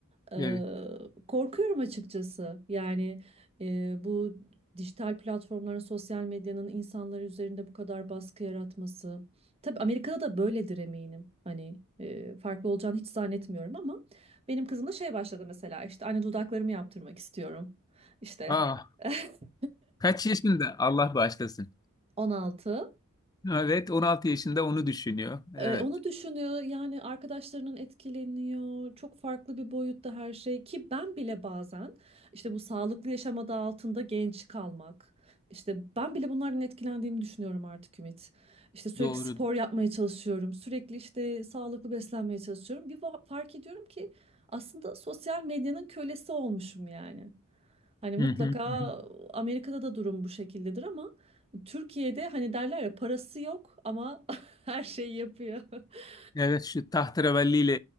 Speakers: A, on the right; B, on the left.
A: Ee,
B: Evet.
A: korkuyorum açıkçası. Yani e, bu dijital platformların, sosyal medyanın insanlar üzerinde bu kadar baskı yaratması. Tabii Amerika'da da böyledir eminim. Hani e, farklı olacağını hiç zannetmiyorum ama benim kızım da şey başladı mesela işte anne dudaklarımı yaptırmak istiyorum. İşte
B: Aa,
A: <laughs>
B: kaç yaşında? Allah bağışlasın.
A: 16.
B: Evet, 16 yaşında onu düşünüyor. Evet,
A: Eee, onu düşünüyor yani arkadaşlarının etkileniyor çok farklı bir boyutta her şey ki ben bile bazen işte bu sağlıklı yaşam adı altında genç kalmak işte ben bile bunlardan etkilendiğimi düşünüyorum artık Ümit. İşte sürekli
B: doğru.
A: spor yapmaya çalışıyorum sürekli işte sağlıklı beslenmeye çalışıyorum bir va- fark ediyorum ki aslında sosyal medyanın kölesi olmuşum yani. Hani mutlaka
B: Hı hı, hı hı.
A: Amerika'da da durum bu şekildedir ama Türkiye'de hani derler ya parası yok ama <laughs> Her şeyi yapıyor. <laughs>
B: Evet şu tahterevalliyle